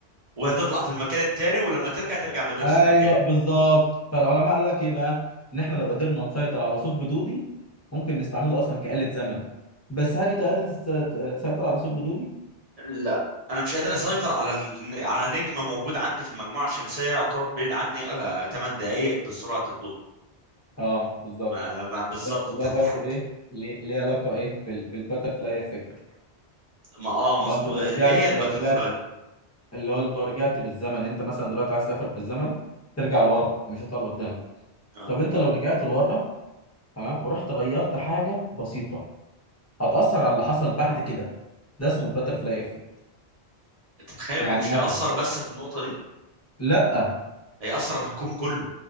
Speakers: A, on the right; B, on the left.
A: وهتطلع في المكان التاني ولما ترجع ترجع بنفس
B: ايوه
A: المكان
B: بالظبط فالعلماء قالوا لك ايه بقى ان احنا لو قدرنا نسيطر على ثقب دودي ممكن نستعمله اصلا كآلة زمن بس هل انت قادر تست- تسيطر على ثقب دودي
A: لا انا مش قادر اسيطر على ال... على نجم موجود عندي في المجموعه الشمسيه يعتبر بعيد عني آه، 8 دقائق بسرعه الضوء
B: اه بالظبط
A: ما, ما بالظبط
B: ده- وده
A: انت هتتحك
B: برضو ايه ليه ليه علاقه ايه بالباترفلاي افكت
A: ما اه مظبوط
B: لو انت لو
A: آه،
B: رجعت
A: ايه هي الباترفلاي
B: لو رجعت اللي هو لو رجعت بالزمن انت مثلا دلوقتي عايز تسافر بالزمن ترجع لورا مش هتطلع لقدام
A: اه
B: طب انت لو رجعت لورا تمام ورحت غيرت حاجه بسيطه هتأثر على اللي حصل بعد كده ده اسمه الباترفلاي افكت
A: انت تتخيل
B: يعني
A: انه مش
B: مثلا
A: هيأثر بس في النقطه دي
B: لا
A: هيأثر في الكون كله